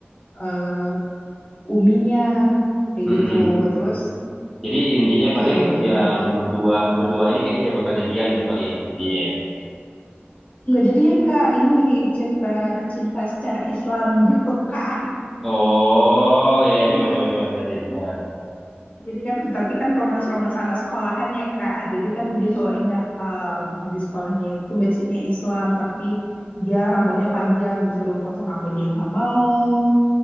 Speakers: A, on the left (about 35°); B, in the centre.
A: eh, uminya kayak
B: Mhm.
A: gitu terus
B: Jadi intinya paling
A: eh, nggak
B: yang
A: mau
B: berdua berdua ini kayaknya ja- bakal jadian gitu kali ya intinya ya.
A: Nggak jadian, Kak. Ini cerita cinta secara Islam gitu, Kak.
B: Oh, ya ya,
A: Hmm.
B: coba coba coba jelasin. Nah.
A: Jadi kan, tapi kan romans-romans anak sekolahan ya, Kak. Jadi kan dia cowok ini akal. Di sekolahnya itu basicnya Islam, tapi dia rambutnya panjang, disuruh potong rambut dia nggak mau.